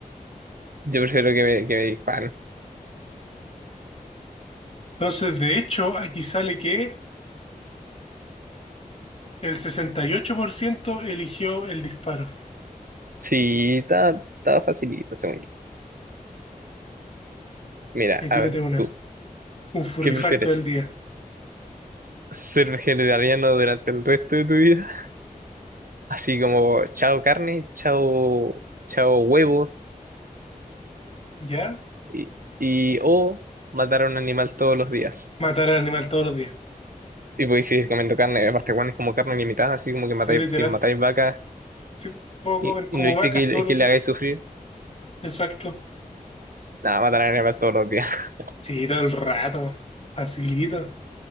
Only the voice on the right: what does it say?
yo prefiero que me, que me disparen.
Sí, estaba, estaba facilito, según yo. Mira,
a ver,
tú,
¿qué prefieres?
¿Ser vegetariano durante el resto de tu vida? Así como, chao carne, chao, chao huevo,
y, y o matar a un animal todos los días.
Y podéis seguir comiendo carne, aparte, Juan es como carne limitada, así como que
matáis,
si matáis vacas
Y,
y
no dice
que,
le-
que le
hagáis sufrir.
Nada, matar a animales todos los días. <laughs>